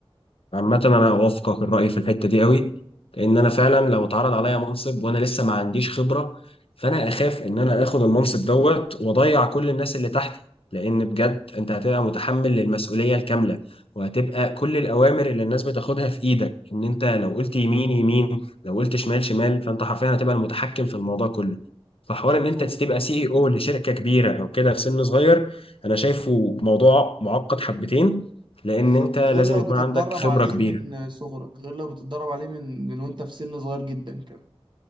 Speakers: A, on the left (about 65°); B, on the right (about 50°).
A: عامة أنا أوافقك الرأي في الحتة دي قوي لأن أنا فعلا لو اتعرض عليا منصب وأنا لسه ما عنديش خبرة فأنا أخاف إن أنا آخد المنصب دوت وأضيع كل الناس اللي تحتي لأن بجد أنت هتبقى متحمل للمسؤولية الكاملة وهتبقى كل الأوامر اللي الناس بتاخدها في إيدك إن أنت لو قلت يمين يمين لو قلت شمال شمال فأنت حرفيا هتبقى المتحكم في الموضوع كله فحوار
B: بالظبط
A: إن أنت
B: و-
A: تبقى سي إي أو لشركة كبيرة أو كده في سن صغير أنا شايفه موضوع معقد حبتين لان
B: بالظبط
A: انت لازم
B: غير لو
A: يكون
B: بتتدرب
A: عندك خبرة
B: عليه
A: كبيرة
B: من صغرك غير لو بتتدرب عليه من من وانت في سن صغير جدا كمان